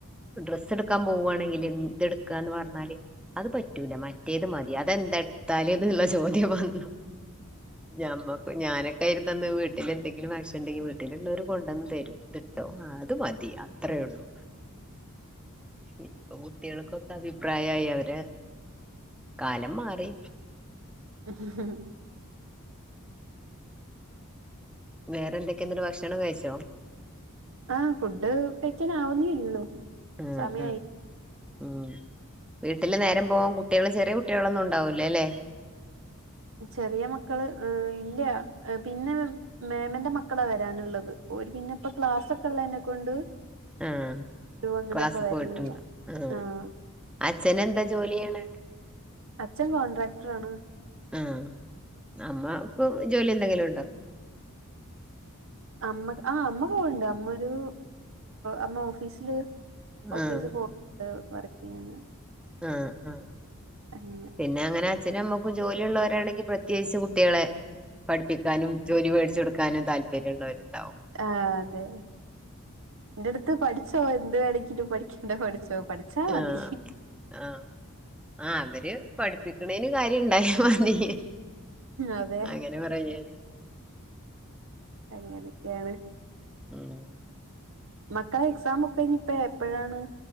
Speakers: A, in the centre; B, on the right (about 65°).
A: ഡ്രസ്സ് എടുക്കാൻ പോവുയാണെങ്കില് ഇതെടുക്കാന്ന് പറഞ്ഞാല് അത് പറ്റൂല മറ്റേത് മതി അതെന്തെടുത്താല് എന്നുള്ള ചോദ്യം വന്നു ഞമ്മക്ക് ഞാനൊക്കെ ആയിരുന്നു തന്ന് വീട്ടിൽ എന്തെങ്കില വാശി ഉണ്ടെങ്കിൽ വീട്ടിൽ എല്ലര് കൊണ്ടുവന്ന് തരും ഇട്ടോ അത് മതിയ അത്രേള്ളൂ ഇപ്പൊ കുട്ടികൾക്കൊക്കെ അഭിപ്രായമായി അവരെ കാലം മാറി
B: <inaudible>
A: വേറെ എന്തൊക്കെ എന്നിട്ട് ഭക്ഷണം കഴിച്ചോ
B: ആഹ ഫുഡ് കഴിക്കാൻ ആവുന്നേള്ളോ
A: ഉം
B: സമയയി
A: ഉം ഉം വീട്ടില് നേരം പോവാൻ കുട്ടികള് ചെറിയ കുട്ടികളൊന്നും ഉണ്ടാവൂല അല്ലേ
B: ചെറിയ മക്കള്ഹ് ഇല്ല പിന്നെ മേമന്റെ മക്കളാ വരാനുള്ളത് ഒരുപിന്നെപ്പൊ ക്ലാസ് ഒക്കെ ഉള്ളതിനെ കൊണ്ട്
A: ആഹ
B: ഒരു അങ്ങനെ
A: ക്ലാസ്സ്
B: ഇപ്പ വരലില്ല
A: പോയിട്ടുണ്ട് ആ
B: ആഹ്
A: അച്ഛന എന്താ ജോലിയാണ്
B: അച്ഛൻ കോൺട്രാക്ടർ ആാണ്
A: ആഹ അമ്മക്ക് ജോലി എന്തെങ്കിലും ഉണ്ടോ
B: അമ്മ ആ അമ്മ പോവണ്ട് അമ്മ ഒരു അമ്മ ഓഫീസില് ഓഫീസ്
A: ആഹ്
B: പോ <unintelligible> വർക്ക് ചെയ്യാണ്
A: ആഹ ആഹ
B: അങ്ങെനെ
A: പിന്നെ അങ്ങനെ അച്ഛും അമ്മക്കും ജോലിയ ഉള്ളവരാണെങ്കിൽ പ്രത്യേകിച്ച് കുട്ടികളെ പഠിപ്പിക്കാനും ജോലി മേടിച്ച കൊടുക്കാനും താല്പര്യമ ഉുള്ളവരുണ്ടാവും
B: ആ് അതെ എന്റെ അടുത്ത് പഠിച്ചോ എന്ത് വേണമെങ്കിലും പഠിക്കേണ്ട പഠിച്ചോ പഠിച്ചാ മതി
A: ആഹ ആഹ ആ അവര് പഠിപ്പിക്കണേന് കാര്യണ്ടായ മതി
B: അതെ
A: അങ്ങനെ പറയായിരിക്കും
B: അങ്ങനൊക്കെയാണ്
A: ഉം
B: മക്കളെ എക്സാമൊക്കെ ഇനിപ്പ എപ്പഴാണ്